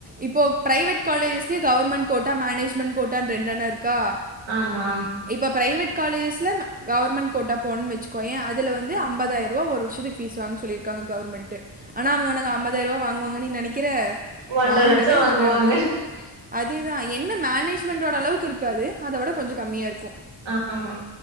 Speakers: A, on the right; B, on the right.
A: இப்போ பிரைவேட் காலேஜஸ்லயே கவர்மெண்ட் கோட்டா மேனேஜ்மெண்ட் கோட்டான்னு ரென்டனா இருக்கா
B: ஆமா
A: இப்ப பிரைவேட் காலேஜஸ்ல கவர்மெண்ட் கோட்டா போன்னு வச்சுக்கோய அதுல வந்து அம்பதாயிரூபா ஒரு வருஷத்துக்கு பீஸ் வாங்க சொல்லிருக்காங்க கவர்மெண்ட்டு ஆனா அவனுங்க அம்பதாயிரூபா வாங்குவாங்கென்னு நீ நெனைக்கிற
B: ஒன்ற
A: வாங்கவே
B: லட்சோ வாங்குவாங்க
A: மாடானுங்க அதேதா என்ன மேனேஜ்மெண்டோட அளவுக்கு இருக்காது அத வுட கொஞ்சோ ககம்மியா இருக்கூ
B: அ ஆமா